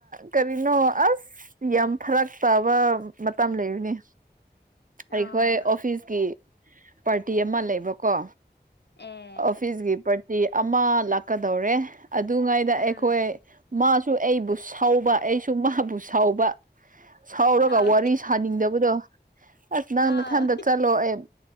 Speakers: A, on the right; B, on the left.
A: ꯀꯔꯤꯅꯣ ꯑꯁ ꯌꯥꯝ ꯐꯔꯛ ꯇꯥꯕ ꯃꯇꯝ ꯂꯩꯕꯅꯤ ꯑꯩꯈꯣꯏ
B: ꯑꯥ ꯑꯣ ꯑꯣ
A: ꯑꯣꯐꯤꯁꯀꯤ ꯄꯥꯔꯇꯤ ꯑꯃ ꯂꯩꯕꯀꯣ
B: ꯑꯦ
A: ꯑꯣꯐꯤꯁꯒꯤ ꯄꯥꯔ ꯇꯤ ꯑꯃ ꯂꯥꯛꯀꯗꯧꯔꯦ ꯑꯗꯨꯉꯩꯗ
B: ꯑꯥ
A: ꯑꯩꯈꯣꯏ ꯃꯥꯁꯨ ꯑꯩꯕꯨ ꯁꯧꯕ ꯑꯩꯁꯨ ꯃꯥꯕꯨ ꯁꯧꯕ ꯁꯧꯔꯒ
B: ꯑꯥ
A: ꯋꯥꯔꯤ ꯁꯥꯅꯤꯡꯗꯕꯗꯣ ꯑꯁ ꯅꯪ
B: ꯑꯥ
A: ꯅꯊꯟꯗ ꯆꯠ ꯂꯣ ꯑꯦꯞ